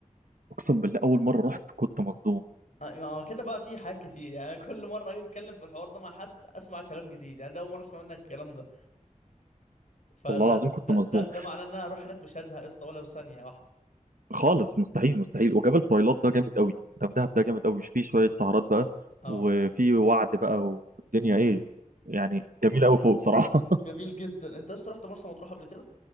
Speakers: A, on the right; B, on the left.
A: اقسم بالله اول مره رحت كنت مصدوم
B: آه، ما هو كده بقى في حاجات كتير يعني أنا كل مره اجي اتكلم في الحوار ده مع حد اسمع كلام جديد يعني ده اول مره اسمع منك الكلام ده فده
A: والله العظيم كنت
B: ده
A: مصدوم
B: ده, ده معناه ان انا هروح هناك مش هزهق يا اسطى ولا ثانيه واحده
A: خالص مستحيل مستحيل وجبل طويلات ده جامد قوي ده في دهب ده جامد قوي فيه شويه سهرات بقى
B: اه
A: وفي وعد بقى والدنيا ايه يعني جميله قوي فوق صراحه
B: جميل جدا انت لسه رحت مرسى مطروح قبل كده